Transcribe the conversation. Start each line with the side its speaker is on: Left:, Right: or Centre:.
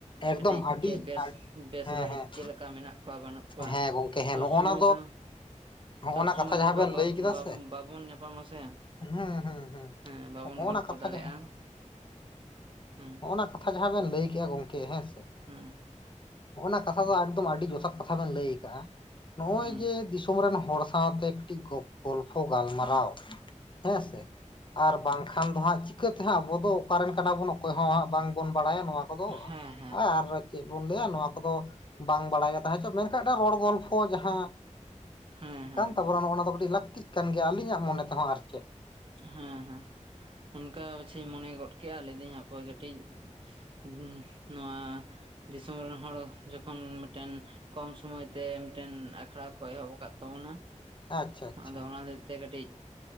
Left: ᱮᱠᱫᱚᱢ
Right: ᱠᱟᱹᱴᱤᱡ
Left: ᱟᱹᱰᱤ
Right: ᱪᱮ ᱵᱮᱥ,
Left: ᱟᱹᱰ
Right: ᱵᱮᱥ
Left: ᱦᱮᱸ
Right: ᱵᱟᱹᱲᱤᱡ
Left: ᱦᱮᱸ
Right: ᱪᱮᱫ ᱞᱮᱠᱟ ᱢᱮᱱᱟᱜ ᱠᱚᱣᱟ ᱵᱟᱹᱱᱩᱜ ᱠᱚᱣᱟ
Left: ᱦᱮᱸ ᱜᱚᱝᱠᱮ ᱦᱮᱸ
Right: ᱥᱚᱵ
Left: ᱱᱚᱜᱼᱚ
Right: ᱥᱚᱢᱚᱭ
Left: ᱱᱟ
Right: ᱫᱚ
Left: ᱱᱚᱜᱼᱚ
Right: ᱥᱚᱵ
Left: ᱱᱟ
Right: ᱥᱚᱢᱚᱭ
Left: ᱠᱟᱛᱷᱟ ᱡᱟᱦᱟᱸ
Right: ᱫᱚ ᱵᱟ
Left: ᱵᱮᱱ ᱞᱟᱹᱭ ᱠᱮᱫᱟ
Right: ᱵᱟ
Left: ᱥᱮ
Right: ᱵᱟᱵᱚᱱ ᱧᱟᱯᱟᱢ ᱟᱥᱮ
Left: ᱦᱮᱸ ᱦᱮᱸ
Right: ᱦᱮᱸ ᱵᱟᱵᱚᱱ
Left: ᱦᱚᱜᱼᱱᱟ
Right: ᱜᱚᱞᱯᱚ
Left: ᱠᱟᱛᱷᱟ
Right: ᱫᱟᱲᱮᱜᱼᱟ᱾
Left: ᱡᱟᱦᱟᱸ
Right: ᱦᱩᱸ,
Left: ᱚᱱᱟ ᱠᱟᱛᱷᱟ ᱡᱟᱦᱟᱸ ᱵᱮᱱ ᱞᱟᱹᱭ ᱠᱮᱜᱼᱟ ᱜᱚᱝᱠᱮ ᱦᱮᱸ ᱥᱮ
Right: ᱦᱩᱸ,
Left: ᱚᱱᱟ ᱠᱟᱛᱷᱟ ᱫᱚ ᱟᱠᱫᱚᱢ ᱟᱹᱰᱤ ᱡᱚᱛᱷᱟᱛ ᱠᱟᱛᱷᱟ ᱵᱮᱱ ᱞᱟᱹᱭ ᱟᱠᱟᱜᱼᱟ᱾ ᱱᱚᱜᱼᱚᱭ
Right: ᱦᱮᱸ
Left: ᱡᱮ ᱫᱤ- ᱥᱚᱢ ᱨᱮᱱ ᱦᱚᱲ ᱥᱟᱶᱛᱮ ᱠᱟᱹᱴᱤᱡ ᱜᱚ ᱜᱚᱞᱯᱷᱚ ᱜᱟᱞᱢᱟᱨᱟᱣ, ᱦᱮᱸ ᱥᱮ, ᱟᱨ ᱵᱟᱝ ᱠᱷᱟᱱ ᱫᱚ ᱦᱟᱸᱜ ᱪᱤᱠᱟᱹ ᱛᱮ ᱦᱟᱸᱜ ᱟᱵᱚ ᱫᱚ ᱚᱠᱟ ᱨᱮᱱ ᱠᱟᱱᱟ ᱵᱚᱱ ᱚᱠᱚᱭ ᱦᱚᱸ ᱦᱟᱸᱜ ᱵᱟᱝ ᱵᱚᱱ ᱵᱟᱲᱟᱭᱟ ᱱᱚᱣᱟ ᱠᱚᱫᱚ,
Right: ᱦᱮᱸ ᱦᱮᱸ
Left: ᱟᱨ ᱪᱮᱫ ᱵᱚᱱ ᱞᱟᱹᱭᱟ ᱱᱚᱣᱟ ᱠᱚᱫᱚ ᱵᱟᱝ ᱵᱟᱲᱟᱭ ᱜᱮ ᱛᱟᱦᱮᱸ ᱦᱚᱪᱚ ᱢᱮᱱ ᱠᱷᱟᱱ ᱢᱮᱫ ᱴᱟᱜ ᱨᱚᱲ ᱜᱚᱞᱯᱷᱚ ᱡᱟᱦᱟᱸ
Right: ᱦᱮᱸ ᱦᱮᱸ
Left: ᱠᱟᱱ ᱛᱟᱵᱚᱱᱟ
Right: ᱦᱮᱸ
Left: ᱱᱚᱜᱼᱱᱟ ᱫᱚ ᱠᱟᱹᱴᱤᱡ ᱞᱟᱹᱠᱛᱤᱜ ᱠᱟᱱ ᱜᱮᱭᱟ ᱟᱞᱤᱧᱟᱜ ᱢᱚᱱᱮ ᱛᱮᱦᱚᱸ ᱟᱨᱠᱤ᱾
Right: ᱦᱮᱸ, ᱦᱮᱸ, ᱚᱱᱠᱟ ᱯᱟᱪᱷᱮᱧ ᱢᱚᱱᱮ ᱜᱚᱫ ᱠᱮᱜᱼᱟ ᱞᱟᱹᱭ ᱫᱟᱹᱧ ᱦᱟᱯᱩᱭ ᱠᱟᱹᱴᱤᱡ ᱦᱩᱸ ᱱᱚᱣᱟ ᱫᱤᱥᱚᱢ ᱨᱮᱱ ᱦᱚᱲ ᱡᱚᱠᱷᱚᱱ ᱢᱤᱫᱴᱮᱱ ᱠᱚᱢ ᱥᱚᱢᱚᱭ ᱛᱮ ᱢᱤᱫᱴᱮᱱ ᱟᱠᱷᱲᱟ ᱠᱚ ᱮᱦᱚᱵ ᱟᱠᱟᱫ ᱛᱟᱵᱚᱱᱟ᱾
Left: ᱟᱪᱪᱷᱟ ᱟᱪᱪᱷᱟ
Right: ᱟᱫᱚ ᱚᱱᱟ ᱦᱚᱛᱮ ᱛᱮ ᱠᱟᱹᱴᱤᱡ